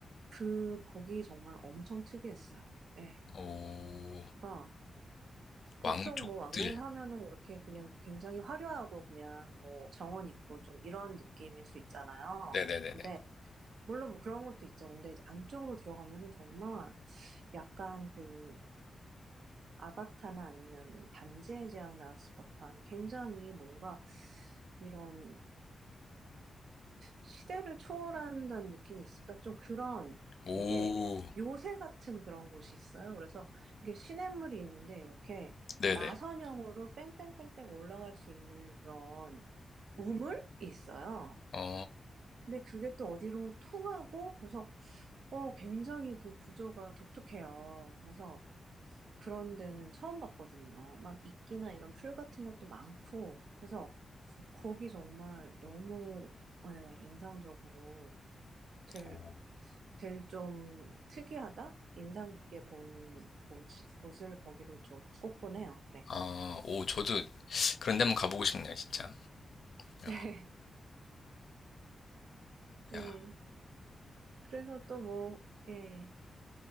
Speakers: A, on the right; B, on the left.
A: 그 거기 정말 엄청 특이했어요. 예.
B: 오
A: 그러니까 보통
B: 왕족들
A: 뭐 왕궁 하면은 이렇게 그냥 굉장히 화려하고 그냥 뭐 정원 있고 좀 이런 느낌일 수 있잖아요.
B: 네네네네
A: 근데 물론 뭐 그런 것도 있죠. 근데 이제 안쪽으로 들어가면은 정말 약간 그 아바타나 아니면은 반지의 제왕 나왔을 법한 굉장히 뭔가 이런 시대를 초월한다는 느낌이 있을까? 좀 그런
B: 오
A: 되게 요새 같은 그런 곳이 있어요. 그래서 이게 시냇물이 있는데 이렇게
B: 네네
A: 나선형으로 뺑뺑뺑뺑 올라갈 수 있는 그런 우물이 있어요.
B: 어
A: 근데 그게 또 어디로 통하고 그래서 어 굉장히 그 구조가 독특해요. 그래서 그런 데는 처음 봤거든요. 막 이끼나 이런 풀 같은 것도 많고 그래서 거기 정말 너무 예, 인상적으로 제일,
B: 오.
A: 제일 좀 특이하다? 인상 깊게 본 곳- 곳을 거기로 좀 꼽곤 해요. 네.
B: 아, 오, 저도 그런 데 한번 가보고 싶네요, 진짜. 어,
A: 네. 네.
B: 야,
A: 그래서 또 뭐, 예.